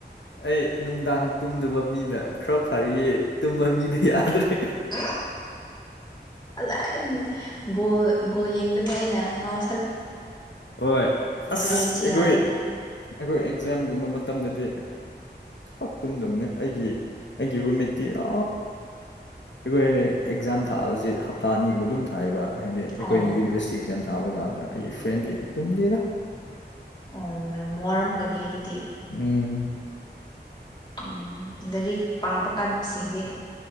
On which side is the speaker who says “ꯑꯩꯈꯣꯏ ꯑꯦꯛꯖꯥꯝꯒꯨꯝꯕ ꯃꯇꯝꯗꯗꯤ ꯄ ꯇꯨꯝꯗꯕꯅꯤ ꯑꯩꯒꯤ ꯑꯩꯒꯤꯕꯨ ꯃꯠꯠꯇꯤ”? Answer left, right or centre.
Left